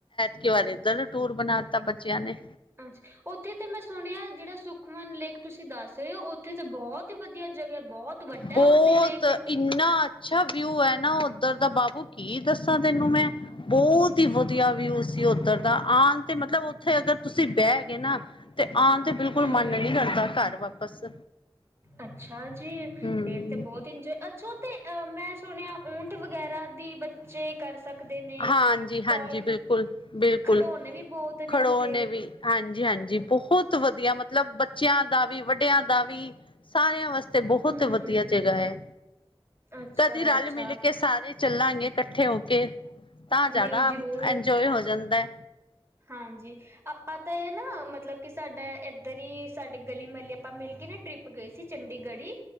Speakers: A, on the left (about 60°); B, on the right (about 25°).
A: ਕਿ ਵਾਲ ਦੱਲ ਟੂਰ ਬਣਾ ਦਿੱਤਾ ਬੱਚਿਆਂ ਨੇ,
B: ਹਾਂਜੀ ਉੱਥੇ ਤੇ ਮੈਂ ਸੁਣਿਆ ਜਿਹੜਾ ਸੁਖਮਨ ਲੇਕ ਤੁਸੀਂ ਦੱਸ ਰਹੇ ਹੋ ਉੱਥੇ ਤਾਂ ਬਹੁਤ ਹੀ ਵਧੀਆ ਜਗ੍ਹਾ ਬਹੁਤ ਵੱਡਾ
A: ਬਹੁਤ
B: ਉਹ ਤੇ ਲੇਕ
A: ਇੰਨਾ ਅੱਛਾ ਵਿਊ ਹੈ ਨਾ, ਉੱਧਰ ਦਾ ਬਾਬੂ ਕੀ ਦੱਸਾਂ ਤੈਨੂੰ ਮੈਂ ਬਹੁਤ, ਵਧੀਆ ਵੀਊ ਸੀ ਉੱਧਰ, ਤਾਂ ਆਣ ਤੇ ਮਤਲਬ ਉੱਥੇ ਅਗਰ ਤੁਸੀਂ ਬਹਿ ਗਏ ਨਾ। ਤੇ ਆਣ ਤੇ ਬਿਲਕੁਲ
B: ਹੂੰ
A: ਮਨ ਨੀ ਕਰਦਾ ਘਰ ਵਾ ਬਸ
B: ਅੱਛਾ ਜੀ
A: ਹਮ
B: ਫਰ ਤੇ ਬਹੁਤ ਇੰਜੋਏ ਅੱਛਾ ਤੇ ਅ ਮੈਂ ਸੁਣਿਆ। ਵੋਟ ਵਗੈਰਾ ਦੀ ਬੱਚੇ ਕਰ ਸਕਦੇ ਨੇ
A: ਹਾਂਜੀ ਹਾਂਜੀ
B: ਟੋਇਜ਼
A: ਬਿਲਕੁਲ ਬਿਲਕੁਲ
B: ਖਿਡੌਣੇ ਵੀ ਬਹੁਤ ਨੇ
A: ਖੜੋਨੇ
B: ਉੱਥੇ
A: ਵੀ ਹਾਂਜੀ। ਜੀ ਹਾਂਜੀ ਬਹੁਤ ਵਧੀਆ ਮਤਲਬ ਬੱਚਿਆਂ ਦਾ ਵੀ ਵੱਡਿਆਂ ਦਾ ਵੀ ਸਾਰਿਆਂ ਵਾਸਤੇ ਤੇ ਬਹੁਤ
B: ਹੂੰ
A: ਵਧੀਆ ਜਗ੍ਹਾ ਹੈ
B: ਅੱਛਾ-ਅੱਛਾ
A: ਕਦੀ ਰਲ ਮਿਲ ਕੇ ਸਾਰੇ ਚੱਲਾਂਗੇ ਇਕੱਠੇ ਹੋ ਕੇ ਤਾਂ ਜ਼ਿਆਦਾ
B: ਨਹੀਂ ਜ਼ਰੂਰ
A: ਇੰਜੋਏ ਹੋ ਜਾਂਦਾ।
B: ਹਾਂਜੀ ਆਪਾਂ ਤਾਂ ਇਹ ਨਾ ਮਤਲਬ ਕਿ ਸਾਡਾ ਇੱਧਰ ਹੀ ਸਾਡੇ ਗਲੀ ਮੁਹੱਲੇ ਆਪਾਂ ਮਿਲ ਕੇ ਨਾ ਟਰਿੱਪ ਗਏ ਸੀ ਚੰਡੀਗੜ੍ਹੀ ਹੀ